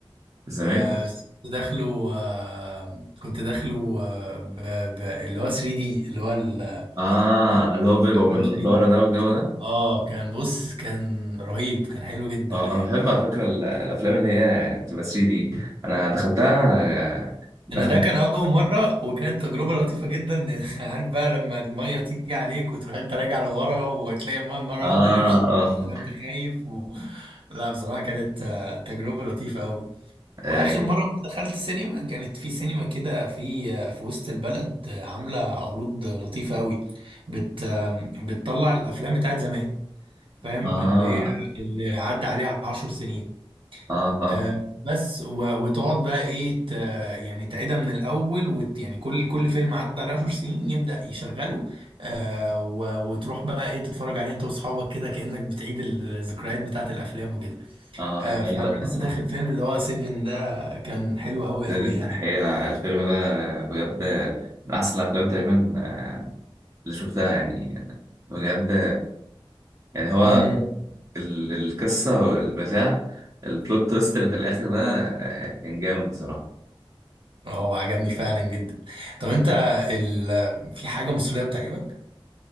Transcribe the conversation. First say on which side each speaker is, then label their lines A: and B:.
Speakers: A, on the right; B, on the right.
A: زمان
B: آه، كنت داخله آه، كنت داخله آه، ب- ب- اللي هو 3 دي اللي هو ال-
A: اه
B: ال-
A: اللي هو بيبقى
B: الافلام
A: بالنضارة
B: 3 دي
A: ده والجو ده
B: اه كان بص كان رهيب كان حلو جدا
A: اه
B: يعني
A: انا بحب على فكرة ال- الافلام اللي هي بتبقى 3 دي انا دخلتها آه، دخلت
B: انا ده كان اول مره وكانت تجربه لطيفه جدا <laughs> عارف بقى لما الميه تيجي عليك وتروح انت راجع لورا وتلاقي الميه مره
A: اه
B: واحده القرش طلعك
A: اه
B: فانت خايف و... لا بصراحه كانت آه، تجربه لطيفه قوي
A: اه
B: واخر مره دخلت سينما كانت في سينما كده في آه، في وسط البلد آه، عامله عروض لطيفه قوي بت آه، بتطلع الافلام بتاعت زمان فاهم
A: اه
B: اللي هي اللي عدى عليها عشر سنين
A: آه، فاهم
B: آه، بس و- وتقعد بقى ايه ت- يعني تعيدها من الاول وت يعني كل كل فيلم عدى عليه 10 سنين يبدأ يشغله آه و- وتروح بقى ايه تتفرج عليه انت واصحابك كده كأنك بتعيد الذكريات بتاعت الافلام وكده
A: اه
B: آه
A: جامد أوي
B: فانا
A: الحوار
B: لسه
A: ده.
B: داخل فيلم اللي هو سيفن ده كان حلو قوي
A: ديدن
B: قوي يعني
A: أحيانا الفيلم ده بجد من أحسن الأفلام تقريبا آه، اللي شفتها يعني بجد يعني هو
B: امم
A: ال- القصة والبتاع البلوت تويست اللي في الآخر ده آه، كان جامد بصراحة
B: اه عجبني فعلا جدا طب انت ال في حاجة مصرية بتعجبك؟